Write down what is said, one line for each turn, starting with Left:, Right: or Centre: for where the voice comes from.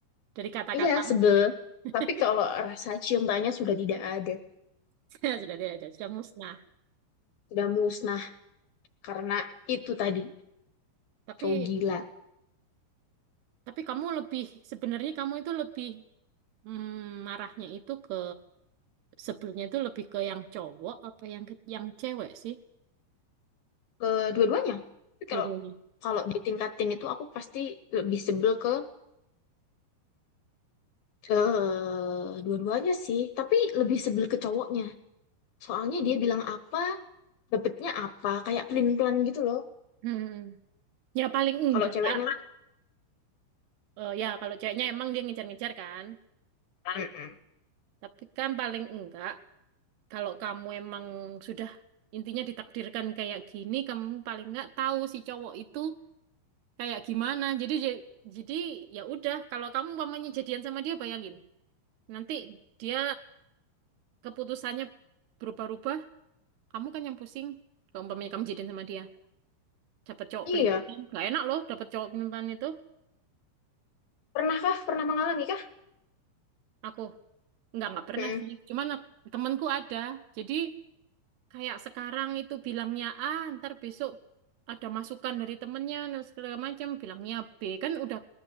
Right: dari kata-kata
Left: Iya, sebel.
Right: <laughs>
Left: Tapi kalau rasa cium tanya sudah tidak ada.
Right: sudah tidak ada sudah musnah
Left: sudah musnah karena itu tadi
Right: tapi
Left: cowok gila
Right: tapi kamu lebih sebenarnya kamu itu lebih mm, marahnya itu ke sebelumnya itu lebih ke yang cowok apa yang ke, yang cewek sih
Left: kedua-duanya tapi
Right: dulunya
Left: kalau kalau ditingkatin itu aku pasti lebih sebel ke eh, dua-duanya sih tapi lebih sebel ke cowoknya soalnya dia
Right: hmm.
Left: bilang apa dapetnya apa kayak pelin-pelan gitu loh
Right: hmm. ya paling enggak
Left: kalau ceweknya
Right: Kak.
Left: kan
Right: Eh, ya kalau ceweknya emang dia ngejar-ngejar kan
Left: "Mm-mm."
Right: tapi kan paling enggak kalau kamu emang sudah intinya ditakdirkan kayak gini kamu paling enggak tahu si cowok itu kayak gimana jadi j- jadi ya udah kalau kamu umpamanya jadian sama dia bayangin nanti dia keputusannya berubah-ubah kamu kan yang pusing kalau umpamanya kamu jadian sama dia dapat cowok
Left: iya
Right: pelintipan nggak enak loh dapat cowok pelintipan itu
Left: pernahkah pernah mengalami kah
Right: aku nggak nggak pernah
Left: "Mm-mm,
Right: sih cuman temanku ada jadi Kayak sekarang itu bilangnya A, ntar besok ada masukan dari temennya, dan segala macam, bilangnya B. Kan udah,